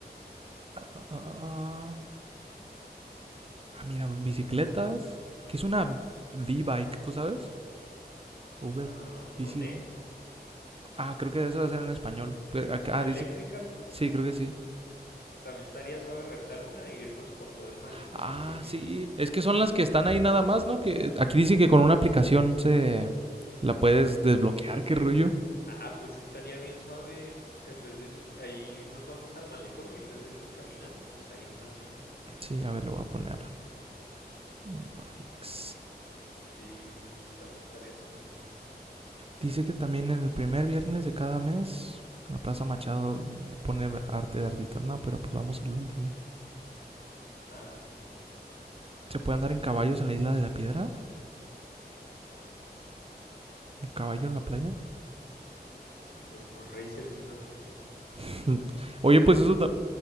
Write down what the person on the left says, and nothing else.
Ah,
con E.
Son
eléctricas,
¿no?
También estaría suave rentar una e irnos por todo el malecón
así en bici.
Ah, pues sí estaría bien suave. ir- En vez de... Ahí nos vamos al malecón y en vez de irnos caminando, pues hay unas bicis.
Sí, también estaría suave. sí.
Ah, sí.
Mejor unos racers y unas motos.